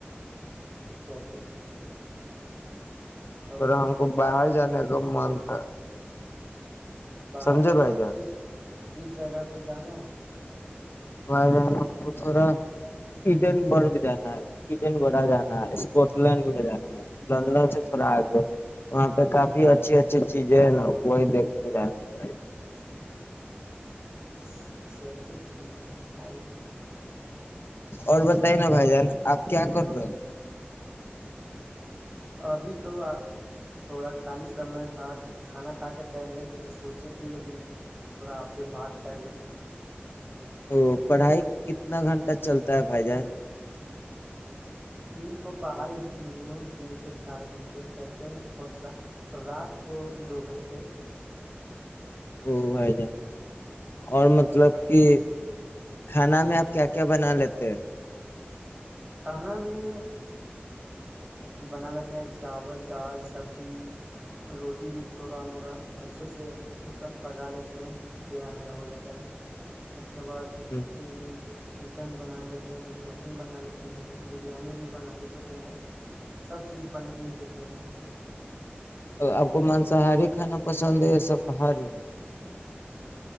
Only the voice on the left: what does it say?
توا ہم کو
باہر جانے گم تھا
سمجھے
بھائی
جان
و ج وہ تھوڑا ایڈن برگ جانا ہے ایڈن بہ جانا ہے اسکاٹ لینڈ میں جانا ہے لندن سے تھوڑا آگے ہے وہاں پہ کافی اچھی اچھی چیزیں ہے نا وہی دیکھنے جانا ہے بھائی
اور بتائیے بھائی جان آپ کیا کر رہے ہو
ا پڑھائی کتنا گھنٹہ چلتا ہے بھائی جان
وہ بھائی جان اور مطلب کہ کھانا میں آپ کیا کیا بنا لیتے ہیں
ہیں
آپ کو مانساہاری کھانا پسند ہے یا شاکاہاری